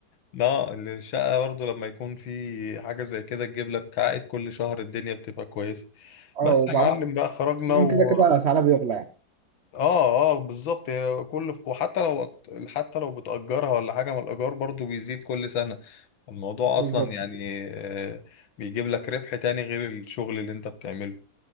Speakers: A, on the left; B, on the right.
A: لا الشقة برضه لما يكون في حاجة زي كده تجيب لك عائد كل شهر الدنيا بتبقى كويسة بس
B: أه وبعدين
A: يا معلم بقى خرجنا و
B: كده كده سعرها بيغلى يعني
A: اه اه بالظبط هي كل وحتى لو حتى لو بتأجرها ولا حاجة من الإيجار برضه بيزيد كل سنة الموضوع
B: بالظبط
A: أصلا يعني آه، بيجيب لك ربح تاني غير الشغل اللي أنت بتعمله